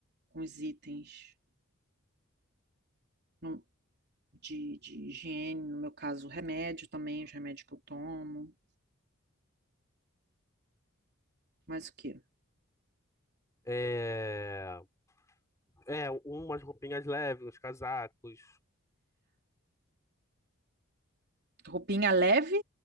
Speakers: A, on the right; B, on the left.
A: com os itens não- de, de higiene, no meu caso, remédio também, os remédios que eu tomo. Mas o quê?
B: É, é, umas roupinhas leves, uns casacos.
A: Roupinha leve